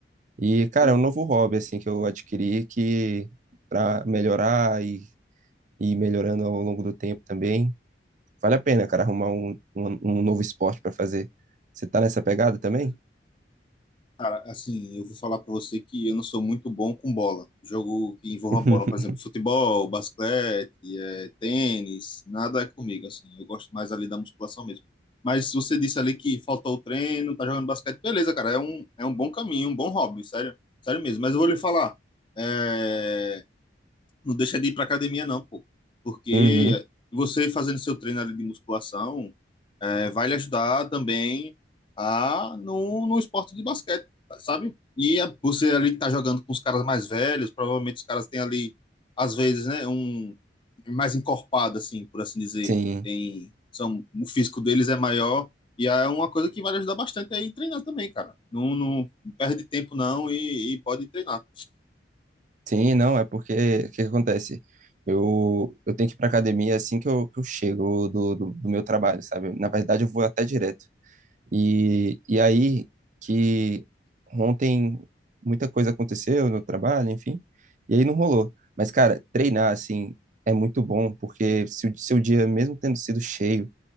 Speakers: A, on the right; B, on the left.
A: E, cara,
B: Sim,
A: é um novo hobby, assim, que eu adquiri que pra melhorar e e ir melhorando ao longo do tempo também. Vale a pena, cara, arrumar um, um, um novo esporte pra fazer. Você tá nessa pegada também?
B: certeza. Cara, assim, eu vou falar pra você que eu não sou muito bom com bola. Jogo que envolva
A: <laughs>
B: bola, por exemplo, futebol, basquete, eh, tênis, nada é comigo, assim. Eu gosto mais ali da musculação mesmo. Mas você disse ali que faltou o treino, tá jogando basquete, beleza, cara, é um, é um bom caminho, um bom hobby, sério, sério mesmo. Mas eu vou lhe falar, é, não deixa de ir para academia, não, pô. Porque
A: Uhum,
B: você fazendo seu treino ali de musculação é, vai lhe ajudar também a no, no esporte de basquete, sabe? E a- você ali que tá jogando com os caras mais velhos, provavelmente os caras têm ali, às vezes, né, um mais encorpado, assim, por assim dizer.
A: sim,
B: Tem, são, o físico deles é maior e é uma coisa que vai lhe ajudar bastante aí treinar também, cara. Não, não perde tempo não e, e pode treinar.
A: sim, não, é porque o que que acontece? Eu, eu tenho que ir pra academia assim que eu, que eu chego do, do, do meu trabalho, sabe? Na verdade, eu vou até direto. E, e aí que ontem muita coisa aconteceu no trabalho, enfim, e aí não rolou. Mas, cara, treinar, assim, é muito bom, porque se o seu dia, mesmo tendo sido cheio,